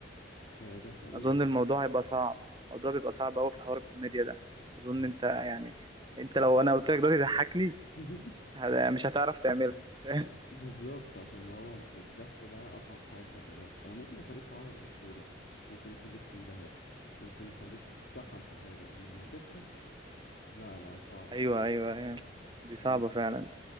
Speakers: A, on the left; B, on the right.
A: هي دي حقيقة
B: أظن الموضوع هيبقى صعب الموضوع بيبقى صعب أوي في حوار الكوميديا ده أظن
A: هي.
B: أنت يعني أنت لو أنا قلت لك دلوقتي ضحكني
A: <laughs>
B: هت- مش هتعرف تعملها فاهم
A: بالظبط عشان هو ال- الضحك ده أصعب حاجة خلي بالك أنا ممكن أخليك تعيط بسهولة ممكن أخليك تنبهر ممكن أخليك تتسحل في حاجة إنما تضحك لا لا صعبة
B: <laughs> أيوه أيوه أيوه دي صعبة
A: وم-
B: فعلا